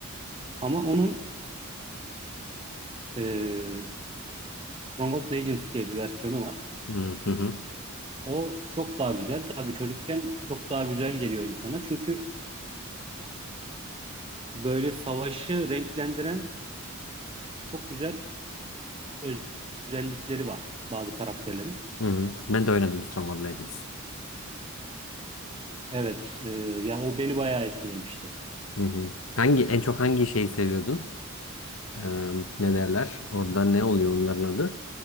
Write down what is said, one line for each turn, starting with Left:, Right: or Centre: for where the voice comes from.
Right: ama onun e, Stronghold Legends diye bir versiyonu var.
Left: Hı hı hı.
Right: O çok daha güzel. Tabii çocukken çok daha güzel geliyor insana. Çünkü böyle savaşı renklendiren çok güzel öz- özellikleri var bazı karakterlerin.
Left: Hı hı. Ben de oynadım Stronghold Legends.
Right: Evet, e, ya o beni bayağı etkilemişti.
Left: Hı hı. Hangi en çok hangi şeyi seviyordun? Eee, ne derler? Orada ne oluyor onların adı?